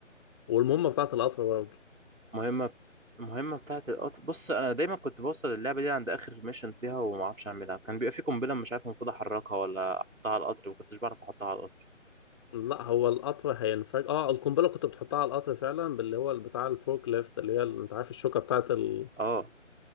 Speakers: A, on the left; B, on the right.
A: والمهمة بتاعت القطر برضه
B: مهمة المهمة بتاعة القطر بص أنا دايما كنت بوصل اللعبة دي عند آخر ميشن فيها وما أعرفش أعملها كان بيبقى في قنبلة مش عارف المفروض أحركها ولا أحطها على القطر وكنتش بعرف أحطها على القطر
A: لا هو القطر هينفجر اه القنبله كنت بتحطها على القطر فعلا باللي هو بتاع الفورك ليفت اللي هي ال- انت عارف الشوكه بتاعت ال...
B: أه